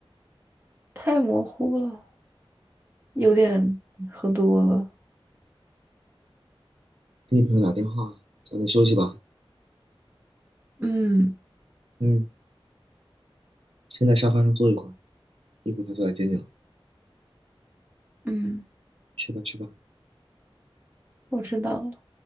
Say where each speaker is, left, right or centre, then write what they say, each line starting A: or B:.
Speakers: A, on the right; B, on the right.
A: 太模糊了，有点喝多了。
B: 给你朋友打电话，早点休息吧。
A: 嗯
B: 嗯，先在沙发上坐一会儿，一会儿他就来接你了。
A: 嗯，
B: 去吧，去吧。
A: 我知道了。